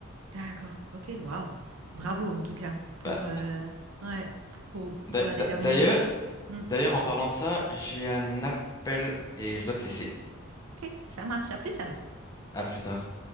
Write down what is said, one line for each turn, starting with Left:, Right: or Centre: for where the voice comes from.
Right: d'accord. Ok, waouh. Bravo en tout cas pour,
Left: Bah,
Right: euh, ouais, pour,
Left: d'a-
Right: pour la
Left: d'a-
Right: détermination.
Left: d'ailleurs,
Right: Hmm,
Left: d'ailleurs, en parlant de ça, j'ai un appel et je dois te laisser.
Right: Ok, ça marche. À plus alors.
Left: À plus tard.